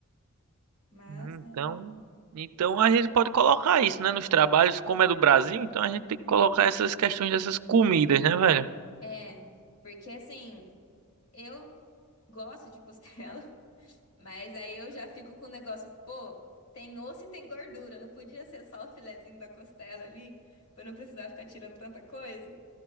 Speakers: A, on the left; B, on the right.
A: Mas,
B: Hum,
A: né?
B: Então, então a gente pode colocar isso, né, nos trabalhos, como é do Brasil, então a gente tem que colocar essas questões dessas comidas, né, velho?
A: É, porque assim, eu gosto de costela, <laughs> mas aí eu já fico com o negócio, pô, tem osso e tem gordura, não podia ser só o filezinho da costela ali, pra não precisar ficar tirando tanta coisa.